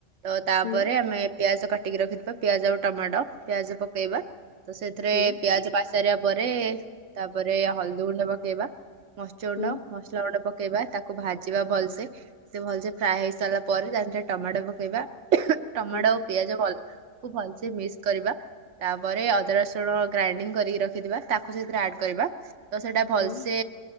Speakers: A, on the right; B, on the left.
A: ତ ତାପରେ
B: ହୁଁ
A: ଆମେ ପିଆଜ କାଟିକି ରଖିଥିବା ପିଆଜ ଆଉ ଟମାଟୋ ପିଆଜ ପକେଇବା ତ ସେଥିରେ
B: ହୁଁ
A: ପିଆଜ ପାଚି ସାରିବା ପରେ ତାପରେ ହଳଦୀ ଗୁଣ୍ଡ ପକେଇବା ମରିଚ
B: ହୁଁ
A: ଗୁଣ୍ଡ ମସଲା ଗୁଣ୍ଡ ପକେଇବା ତାକୁ ଭାଜିବା ଭଲସେ ସେ ଭଲସେ ଫ୍ରାଏ ହେଇ ସାରିଲା ପରେ ତାରେ ଟମାଟୋ ପକେଇବା ଟମାଟୋ
B: ହୁଁ
A: ଆଉ ପିଆଜ କୁଭଲସେ ମିକ୍ସ କରିବା ତାପରେ ଅଦା ରସୁଣ ଗ୍ରାଇଣ୍ଡିଙ୍ଗ କରିକି ରଖିଦିବା ତାକୁ ସେଥିରେ ଆଡ କରିବା ତ ସେଇଟା ଭଲସେ
B: ହୁଁ